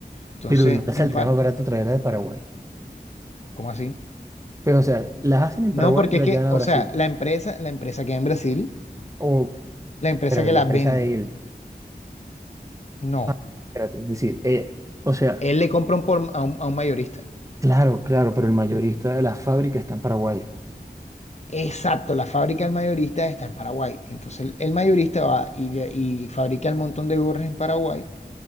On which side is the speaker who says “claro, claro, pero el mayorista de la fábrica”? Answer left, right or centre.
Right